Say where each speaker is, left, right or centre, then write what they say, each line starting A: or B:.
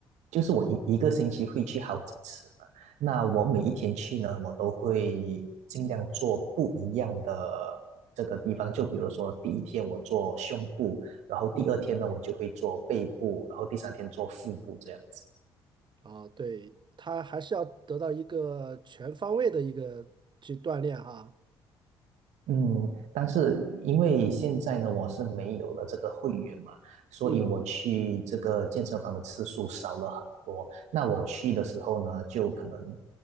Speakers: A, on the right; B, on the right.
A: 就是我一一个星期会去好几次嘛。那我每一天去呢，我都会尽量做不一样的这个地方。就比如说，第一天我做胸部，然后第二天呢，
B: 嗯，
A: 我就会做背部，然后第三天做腹部这样子。
B: 啊，对，他还是要得到一个全方位的一个去锻炼哈。
A: 嗯，但是因为现在呢，我是没有了这个会员嘛，所以我去这个健身房的次数少了很多。
B: 嗯，
A: 那我去的时候呢，就可能